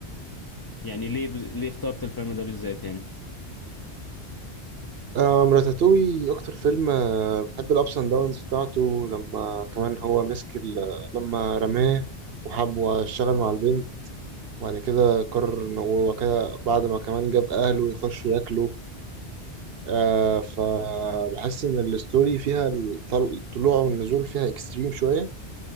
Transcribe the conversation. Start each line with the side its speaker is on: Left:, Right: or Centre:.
Left: يعني ليه بز... ليه اخترت الفيلم ده بالذات يعني
Right: آم، راتاتوي أكتر فيلم آه، بحب الأبس أند داونز بتاعته لما كمان هو مسك ال- لما رماه وحب واشتغل مع البنت وبعد كده قرر إن هو كده بعد ما كمان جاب أهله يخش ياكله آه، فبحس إن الستوري فيها الطل- الطلوع والنزول فيها إكستريم شوية